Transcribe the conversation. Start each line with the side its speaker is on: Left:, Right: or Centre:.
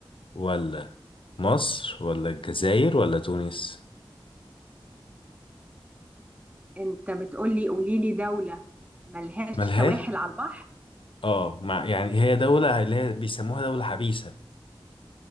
Left: ولا مصر ولا الجزائر ولا تونس
Right: انت بتقولي قولي لي دولة ملهاش
Left: ملهاش
Right: سواحل على البحر
Left: اه مع يعني هي دولة اللي هي بيسموها دولة حبيسة